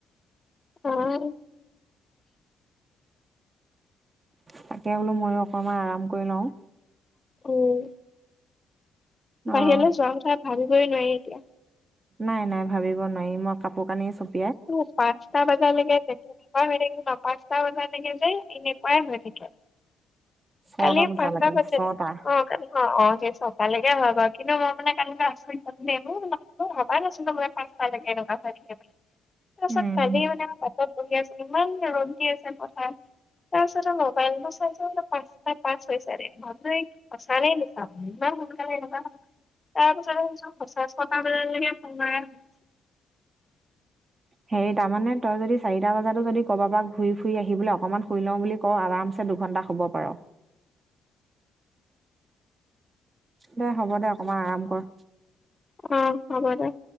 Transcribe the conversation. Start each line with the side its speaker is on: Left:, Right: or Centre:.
Left: অহ
Right: তাকে বোলো ময়ো অকনমান আৰাম কৰি লওঁ
Left: উম
Right: অ'
Left: বাহিৰলৈ যোৱা কথা ভাবিবই নোৱাৰি এতিয়া
Right: নাই নাই ভাবিব নোৱাৰি মই কাপোৰ কানি চব
Left: তো পাঁচটা বজালকে দেখি নোপোৱা হৈ থাকিলো পাঁচটা বজাৰকে যে এনেকুৱা হৈ থাকে
Right: ছটা
Left: কালি
Right: বজালৈকে
Left: পাচঁ বজালো
Right: ছটা
Left: কালি অহ অহ ছটালেকে হয় কিন্তুই মানে কালি আচৰিত পালো দেই মোৰ ভবাই নাছিলো মই পাঁচত লেকে টকা চাই কেতিয়া তাৰপাছত
Right: উম
Left: কালি মানে চব ধুনীয়া আছে ইমানকে ৰদ আছে পথাৰত তাৰপিছত মবাইলটো চাইছো পাঁচাই পাছ হৈ চাৰে বাপৰে সঁচা নে মিছা সোনকালে এনো তাৰ পিছতে সঁচাছে <unintelligible> ছটা বজালৈকে সোন মাৰ <inaudible>
Right: হেৰি তাৰ মানে তই যদি চাৰিটা বজাতো যদি কবা পা ঘুৰি ফ শুই আহিবলৈ অকণমান শুই লওঁ বুলি কওঁ আৰামছে দুঘণ্টা হ'ব পাৰ দে হ'ব দে অকণমান আৰাম কৰ
Left: অ হ'ব দে